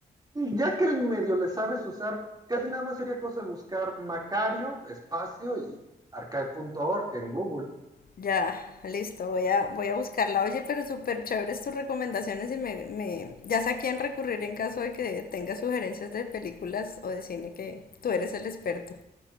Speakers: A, on the right; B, on the left.
A: Ya que el medio le sabes usar, casi nada más sería cosa de buscar Macario, espacio y archive.org en Google.
B: Ya, listo, voy a, voy a buscarla. Oye, pero súper chéveres tus recomendaciones y me, me, ya sé a quién recurrir en caso de que tenga sugerencias de películas o de cine, que tú eres el experto.